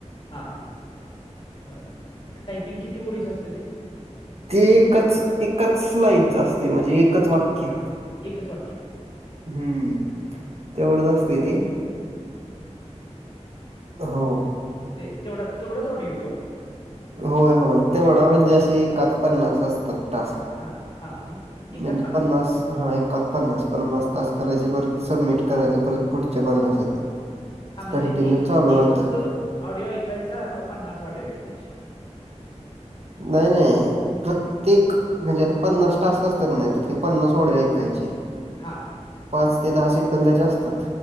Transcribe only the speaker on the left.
हां बर टायपिंग किती ओळीच असतं ते?
एकच वाक्यं?
मग ते तेवढा तेवढाच ऑडिओ येतो?
हां हां मग एकात
हा म्हणजे
एक
एकच
ऑडिओ ऐकायचा, का पन्नास ऑडिओ ऐकायचे.
हां.